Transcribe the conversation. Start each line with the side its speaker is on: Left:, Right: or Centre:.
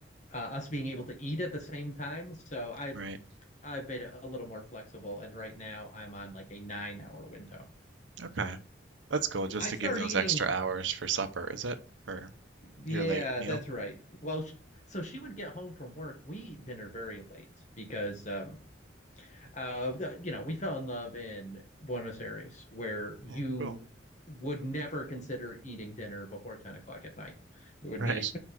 Left: uh, us being able to eat at the same time. So I've
Right: right.
Left: I've made it a little more flexible, and right now I'm on like a nine hour window.
Right: Okay. That's cool, just
Left: I
Right: to
Left: start
Right: give those
Left: eating.
Right: extra hours for supper, is it? For
Left: Yeah,
Right: your late meal?
Left: that's right. Well, sh- so she would get home from work. We eat dinner very late because um, Uh, the- you know, we fell in love in Buenos Aires, where you
Right: Mm, mm, cool.
Left: would never consider eating dinner before 10 o'clock at night. It would
Right: Right.
Left: be